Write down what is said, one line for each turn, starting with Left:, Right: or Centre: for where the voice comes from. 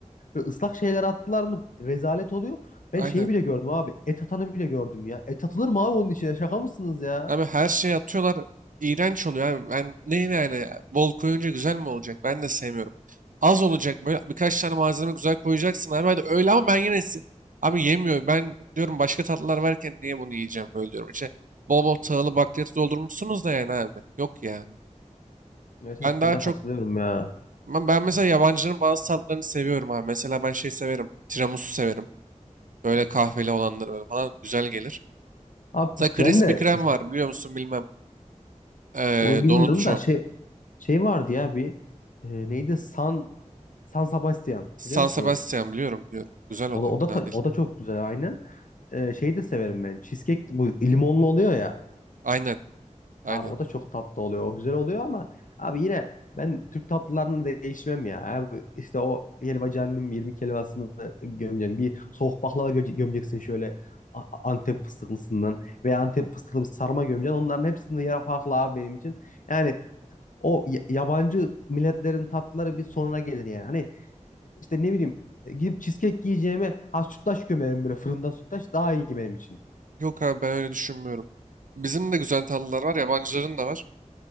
Left: böyle ıslak şeyler attılar mı rezalet oluyor. Ben
Right: Aynen.
Left: şeyi bile gördüm abi. Et atanı bile gördüm ya. Et atılır mı abi onun içine? Şaka mısınız ya?
Right: Abi her şeyi atıyorlar. İğrenç oluyor abi. Ben ne yani bol koyunca güzel mi olacak? Ben de sevmiyorum. Az olacak böyle birkaç tane malzeme güzel koyacaksın abi. Hadi öyle ama ben yine se- abi yemiyor. Ben diyorum başka tatlılar varken niye bunu yiyeceğim böyle diyorum. İşte bol bol tahıllı bakliyatı doldurmuşsunuz da yani abi. Yok ya.
Left: Evet
Right: Ben
Left: evet
Right: daha
Left: ben de
Right: çok
Left: katılıyorum ya.
Right: ben, ben mesela yabancıların bazı tatlarını seviyorum abi. Mesela ben şey severim. Tiramisu severim. Böyle kahveli olanları böyle falan güzel gelir.
Left: Abi
Right: Mesela Krispy
Left: ben de
Right: Kreme var biliyor musun bilmem. Ee,
Left: onu bilmiyorum
Right: donutçu.
Left: da şey şey vardı ya bir e, neydi San San Sebastian
Right: San
Left: biliyor musun
Right: Sebastian
Left: onu?
Right: biliyorum biliyorum. Güzel o
Left: O
Right: da
Left: da o
Right: fena
Left: da ta-
Right: değil.
Left: o da çok güzel aynı. E, şeyi de severim ben. Cheesecake bu limonlu oluyor ya.
Right: Aynen aynen.
Left: Abi o da çok tatlı oluyor. O güzel oluyor ama abi yine ben Türk tatlılarını değişmem ya. Abi işte o helvacının 20 helvasını gömeceğim. Bir soğuk baklava göme- gömeceksin şöyle A- Antep fıstıklısından veya Antep fıstıklı bir sarma gömeceksin. Onların hepsinin yeri farklı abi benim için. Yani O y- yabancı milletlerin tatlıları bir sonra gelir yani. Hani işte ne bileyim e, gidip cheesecake yiyeceğime ha sütlaç gömerim böyle fırında sütlaç daha iyi benim için.
Right: Yok abi ben öyle düşünmüyorum. Bizim de güzel tatlılar var yabancıların da var.